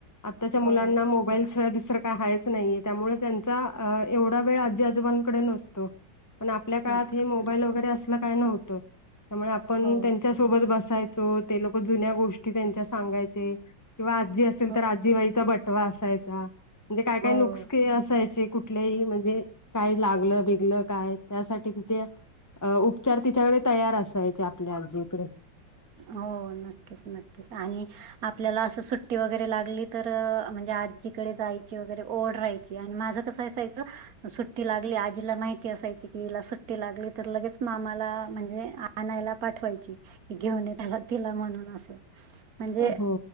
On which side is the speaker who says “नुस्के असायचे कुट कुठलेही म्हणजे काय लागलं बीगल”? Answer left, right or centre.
Left